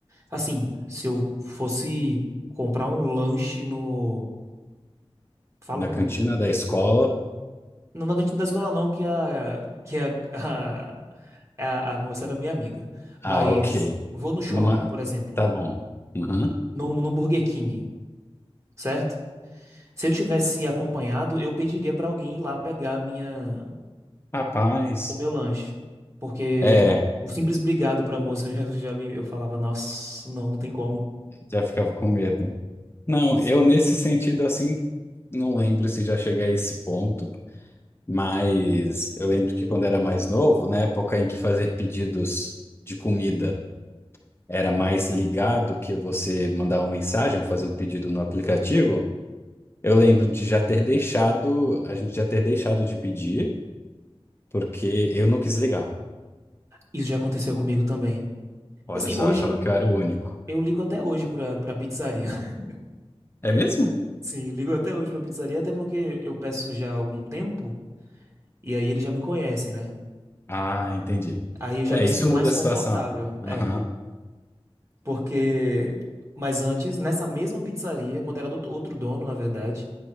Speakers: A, on the right; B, on the left.
A: Assim, se eu fosse comprar um lanche no. Falam.
B: Na cantina da escola.
A: Não na cantina da escola, não, que a, que a, <laughs> a, a a moça era minha amiga. Mas
B: Ah, ok.
A: vou no shopping,
B: Numa...
A: por exemplo,
B: Tá bom. Uhum.
A: no, no Burger King, certo? Se eu tivesse acompanhado, eu pediria pra alguém ir lá pegar a minha
B: Rapaz.
A: o meu lanche, porque
B: É,
A: o simples obrigado pra moça <laughs> já, já me eu falava, nossa, não, não tem como.
B: já ficava com medo. Não,
A: Sim.
B: eu nesse sentido, assim, não lembro se já cheguei a esse ponto, mas eu lembro que quando era mais novo, na época em que fazer pedidos de comida era mais ligado que você mandar uma mensagem ou fazer um pedido no aplicativo, eu lembro de já ter deixado, a gente já ter deixado de pedir, porque eu não quis ligar.
A: Isso já aconteceu comigo também.
B: Olha
A: E assim,
B: só,
A: hoje
B: eu achava que eu era o único.
A: eu ligo até hoje pra para pizzaria. <laughs>
B: É mesmo?
A: Sim, ligo até hoje pra pizzaria, até porque eu peço já há algum tempo e aí eles já me conhecem, né?
B: Ah, entendi.
A: Aí eu já
B: É,
A: me
B: isso
A: sinto
B: muda
A: mais
B: a
A: confortável.
B: situação. Aham.
A: É, porque mas antes, nessa mesma pizzaria, quando era do outro dono, na verdade,